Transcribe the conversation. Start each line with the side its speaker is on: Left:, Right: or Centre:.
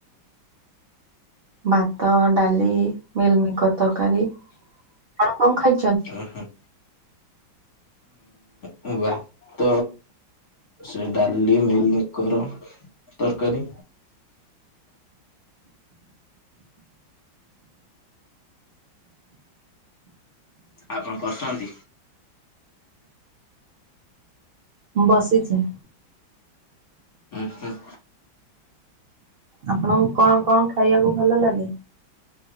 Right: ଭାତ ଡାଲି ମିଲମିକର ତରକାରୀ ଆପଣ କଣ ଖାଇ
Left: ଓହୋ। ହୁଁ ଭାତ ସେ ଡାଲି ମିଲମିକର ତରକାରୀ। ଆପଣ କରୁଛନ୍ତି।
Right: ବସିଛି।
Left: ଉଁ ହୁଁ।
Right: ଆପଣଙ୍କୁ କଣ କଣ ଖାଇବାକୁ ଭଲ ଲାଗେ?